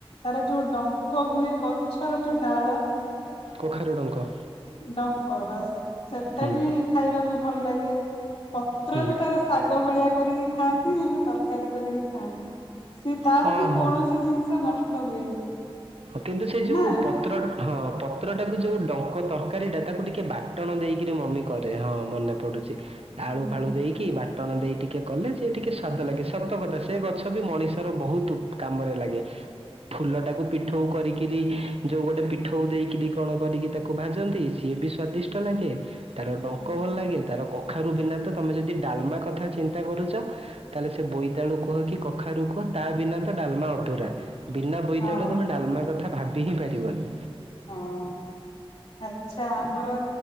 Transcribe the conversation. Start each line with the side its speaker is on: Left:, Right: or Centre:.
Left: ତାର ଯୋଉ ଡଙ୍କ ହୁଏ ଗଛର ଯୋଉ ଡାଳ
Right: କଖାରୁ ଡଙ୍କ
Left: ଡଙ୍କ ବାସ ସେଟା
Right: ହୁଁ ହୁଁ
Left: ବି ଖାଇବାକୁ ଭଲ ଲାଗେ ପତ୍ର
Right: ହୁଁ
Left: ବି ତାର ଶାଗ ଭଳିଆ କରିକି ଖାଆନ୍ତି ନହେଲେ ତରକାରୀ କରିକି ଖାଆନ୍ତି। ସେ ତାର
Right: ହଁ
Left: ବି
Right: ହଁ
Left: କୌଣସି
Right: ହଁ,
Left: ଜିନିଷ ନଷ୍ଟ ହୁଏନି।
Right: କିନ୍ତୁ ସେ ଯୋଉ
Left: ନା।
Right: ପତ୍ର ହଁ ପତ୍ରଟାକୁ ଯୋଉ ଡଙ୍କ ତରକାରୀ ଟା ତାକୁ ଟିକେ ବାଟଣ ଦେଇକିରି ମମି କରେ ହଁ ମନେ ପଡୁଛି ଆଳୁ
Left: ହୁଁ
Right: ଫାଳୁ ଦେଇକି ବାଟଣ ଦେଇ ଟିକେ କଲେ ଯିଏ ଟିକେ ସ୍ଵାଦ ଲାଗେ। ସତକଥା ସେ ଗଛ ବି ମଣିଷ ବହୁତ କାମରେ ଲାଗେ ଫୁଲଟାକୁ ପି ପିଠଉ କରିକିରି ଯୋଉ ଗୋଟେ ପିଠଉ ଦେଇକିରି କଣ କରିକି ତାକୁ ଭାଜନ୍ତି ସିଏ ବି ସ୍ଵାଦିଷ୍ଟ ଲାଗେ। ତାର ଡଙ୍କ
Left: ଆଚ୍ଛା
Right: ଭଲ ଲାଗେ ତାର କଖାରୁ ବିନା ତ ତମେ ଯଦି ଡାଲମା କଥା ଚିନ୍ତା କରୁଛ ତାହେଲେ ସେ ବୋଇତାଳୁ କୁହ କି କଖାରୁ କୁହ ତା ବିନା ଡାଲମା ଅଧୁରା ବିନା ବୋଇତାଳୁରେ
Left: ହଁ
Right: ତମେ ଡାଲମା କଥା ଭାବି ହିଁ ପାରିବାନି।
Left: ହଁ। ଆଚ୍ଛା ଆମର